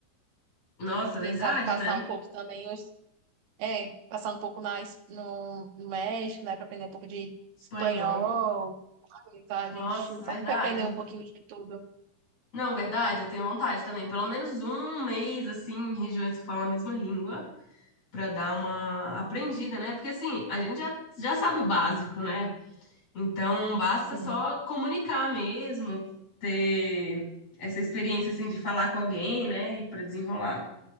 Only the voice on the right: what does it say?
quem sabe passar
um pouco também, os- é, passar um pouco na, Es- no, no México, né, para aprender um pouco de
espanhol, sabe? Tá? A
gente não sabe
que aprender um pouquinho de tudo.
Sim.